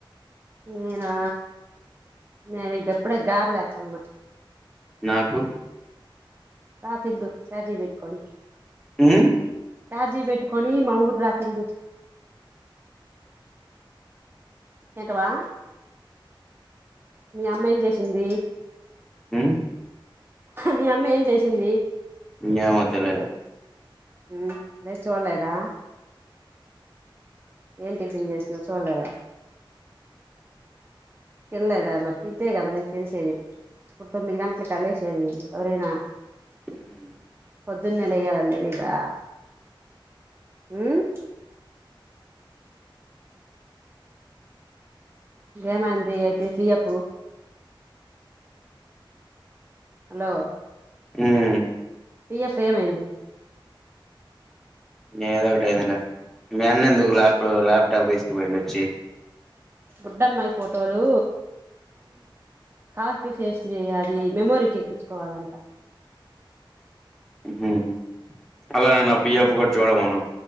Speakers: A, on the right; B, in the centre.
A: నేనా నేను ఇప్పుడే గారెలు ఏతున్న
B: నాకు
A: రా తిందువ్ చార్జీ పెట్టుకొని
B: మ్
A: చార్జీ పెట్టుకొని మా ఊరు రా తిందువ్ ఎటవా మీ అమ్మ ఏం చేసింది
B: మ్
A: మీ అమ్మ ఏం చేసింది
B: ఏం వద్దులే
A: మ్ మీర్ చూడలేదా ఏం టిఫిన్ చేసిందో చూడలేదా తినలేదా మరి తింటే కదమే తెలిసేది ఇప్పుడు తొమ్మిది గంటలకలేసేది ఎవరేనా
B: మ్
A: పొద్దున్నెలయాల తెలిదా మ్ ఏమైంది అయితే పి ఎప్పు హలో
B: ఉమ్
A: పి ఎఫ్ ఎమయింది
B: మెదో ఒకటి అయింది గా మీ అన్న ఎందుకు ల్యాప్ ల్యాప్టాప్ తీసుకుపోయిండి వచ్చి
A: బుడ్డమ్మాయి ఫోటోలు కాఫీ ఫేస్ట్ చేయాలి మెమోరీకి ఎక్కించుకోవాలంట
B: మ్ అలానేన్న పిఎప్పు గట్ జోడమన్నా